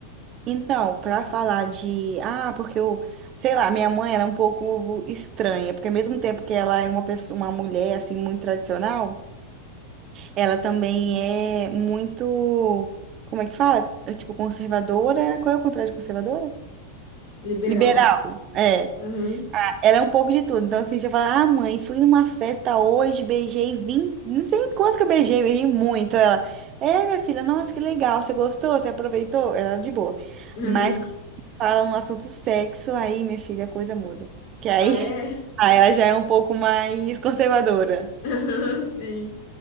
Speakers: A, on the right; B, on the left.
A: Então, pra falar de. Ah, porque eu. Sei lá, minha mãe era um pouco estranha, porque ao mesmo tempo que ela é uma pessoa, uma mulher, assim, muito tradicional, ela também é muito. Como é que fala? É, tipo, conservadora. Qual é o contrário de conservadora?
B: Liberal.
A: Liberal. É.
B: <laughs> Aham.
A: Ela é um pouco de tudo. Então, assim, você fala, ah, mãe, fui numa festa hoje, beijei 20, não sei quantos que eu beijei, beijei muito. Ela, é, minha filha, nossa, que legal, você gostou, você aproveitou? Ela de boa.
B: Aham.
A: Mas quando fala no assunto sexo, aí, minha filha, a coisa muda. Que aí,
B: Ah, é?
A: <laughs> aí ela já é um pouco mais conservadora.
B: <laughs> Aham, Sim.